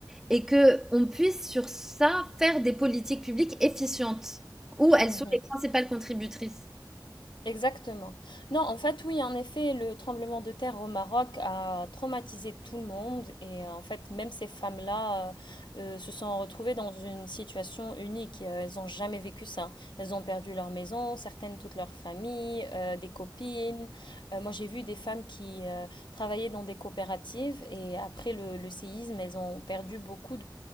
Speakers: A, in the centre; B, on the left.
A: et que on puisse sur ça faire des politiques publiques efficientes où elles
B: Mhm.
A: sont les principales contributrices.
B: Exactement. Non, en fait, oui, en effet, le tremblement de terre au Maroc a traumatisé tout le monde et euh, en fait, même ces femmes-là euh, euh, se sont retrouvées dans une situation unique. Euh, Elles n'ont jamais vécu ça. Elles ont perdu leur maison, certaines toute leur famille, euh, des copines. Euh, moi, j'ai vu des femmes qui euh, travaillaient dans des coopératives et après le, le séisme, elles ont perdu beaucoup